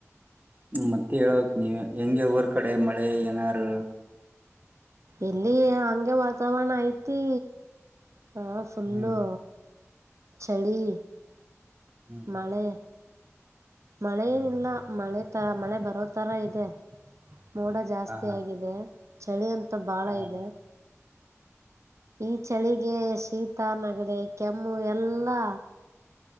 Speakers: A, on the right (about 35°); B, on the right (about 70°).
A: ಮತ್ತೆ ಹೇಳಬೇಕ್ ನೀವೆ ಹೆಂಗೆ ಊರ್ ಕಡೆ ಮಳೆ ಏನಾರು.
B: ಇಲ್ಲಿ ಹಂಗೆ ವಾತಾವರಣ ಐತಿ. ಹಾ ಫುಲ್ಲು
A: ಹ್ಮ್
B: ಚಳಿ.
A: ಹ್ಮ್
B: ಮಳೆ. ಮಳೆ
A: ಹ್ಮ್
B: ಏನಿಲ್ಲ ಮಳೆ ತ ಮಳೆ ಬರೋ ಥರ ಇದೆ. ಮೋಡ ಜಾಸ್ತಿ
A: ಹ ಹಾ
B: ಆಗಿದೆ ಚಳಿ ಅಂತು ಬಾಳ
A: ಹ
B: ಇದೆ. ಈ ಚಳಿಗೆ ಶೀತ ನೆಗಡೆ ಕೆಮ್ಮು ಎಲ್ಲಾ.